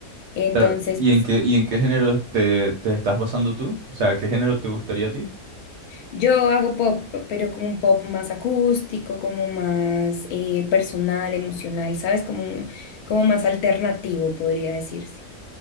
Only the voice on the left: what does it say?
Entonces...
Yo hago pop, pero como un pop más acústico, como más eh, personal, emocional, ¿sabes? Como, como más alternativo, podría decirse.